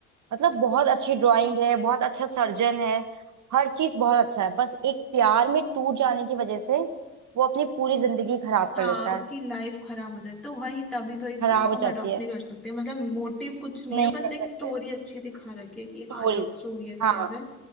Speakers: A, on the right; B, in the centre.
A: मतलब बहुत अच्छी ड्राइंग है बहुत अच्छा सर्जन है हर चीज बहुत अच्छा है बस एक प्यार में टूट जाने की वजह से वो अपनी पूरी जिंदगी खराब
B: हाँ
A: कर लेता
B: उसकी
A: है
B: लाइफ खराब हो जाए तो वही तभी तो इस
A: खराब
B: चीज
A: हो
B: को हम
A: जाती
B: अडॉप्ट
A: है
B: नहीं कर सकते मतलब मोटिव कुछ नहीं
A: नहीं
B: है बस
A: कर
B: एक
A: सकते
B: स्टोरी अच्छी दिखा रखी है कि हाँ
A: चोरी
B: लव स्टोरी है इसके
A: हाँ
B: अंदर